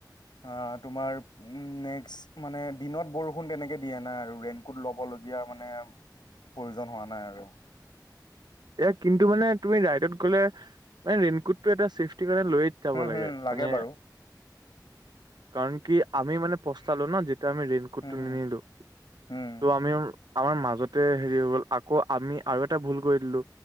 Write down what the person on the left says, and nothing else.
অ, তোমাৰ উম, নেক্স মানে দিনত বৰষুণ তেনেকে দিয়া নাই আৰু ৰেইন কোট ল'ব লগীয়া <unintelligible> মানে প্ৰয়োজন হোৱা নাই আৰু।
হুম,
হুম,
বাৰু,
হুম, হুম,
হুম।